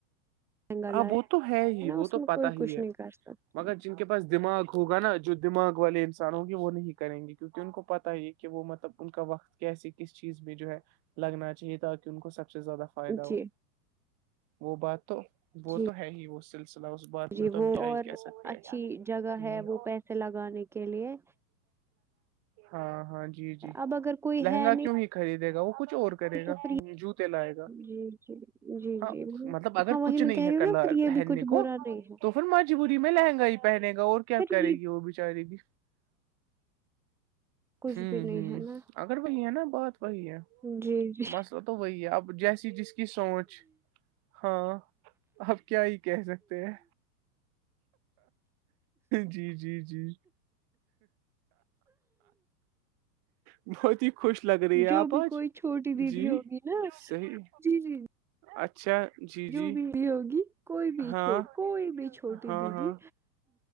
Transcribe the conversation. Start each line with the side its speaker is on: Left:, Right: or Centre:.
Centre: لہنگا
Right: ہاں
Centre: لائے
Right: وہ تو ہے ہی
Centre: نا
Right: وہ
Centre: اس
Right: تو
Centre: میں
Right: پتہ
Centre: کوئی
Right: ہی
Centre: کچھ
Right: ہے
Centre: نہیں کر سکتا
Right: مگر ج کے پاس دماغ ہوگ نا جو دماغ والے انسان ہوگی وہ نہیں کریں گے کیونکہ ان کو پتا یہ کہ وہ مطلب ان کا وقت کیسے کس چیز میں جو ہے لگنا اہ تاکہ ان کو سب سے زیادہ فائدہ ہو
Centre: جی
Right: وہ بات تو وہ
Centre: جی
Right: تو ہے ہی وہ سلسلہ بات میں
Centre: جی
Right: تو
Centre: وہ
Right: ہم کیا
Centre: اور
Right: ہی کہہ سکتے
Centre: اچھی
Right: ہیں
Centre: جگہ ہے
Right: ہوں
Centre: وہ پیسے لگانے کے لیے
Right: ہاں ہاں جی جی
Centre: اب اگر کوئی
Right: لہنگا
Centre: ہے نہیں
Right: کیوں ہی خریدے گا وہ کچھ اور کرے
Centre: تو
Right: گا
Centre: پھر
Right: جوتے لائے گا
Centre: جی جی جی
Right: ہاں
Centre: جی
Right: مطلب اگر
Centre: ہاں وہی
Right: کچھ نہیں
Centre: میں کہہ
Right: ہے
Centre: رہی ہوں
Right: کلر
Centre: نا پھر یہ
Right: پہننے
Centre: بھی کچھ برا
Right: کو
Centre: نہیں ہے
Right: تو پھر مجبوری میں لہنگائی پہنے گا اور کیا
Centre: پھر
Right: کرے
Centre: یہ
Right: گی وہ بچاری بھی
Centre: کچھ
Right: ہوں
Centre: بھی نہیں
Right: ہوں
Centre: ہے نا
Right: اگر وہی ہے نا بہت وہی ہے
Centre: جی جی
Right: مسئلہ تو وہی ہے اب جیسی جس کی سوچ ہاں آپ کیا ہی کہہ سکتے ہیں جی جی جی بہت کنی خوش لگ رہی ہے آپ
Centre: جو بھی
Right: آج
Centre: کوئی چھوٹی دیدی
Right: جی
Centre: ہوگی نا
Right: صحیح
Centre: جی جی
Right: اچھا جی جی
Centre: جو بھی بھی ہوگی کوئی بھی
Right: ہاں
Centre: چو کوئی بھی چھوٹی
Right: ہاں
Centre: دیدی
Right: ہاں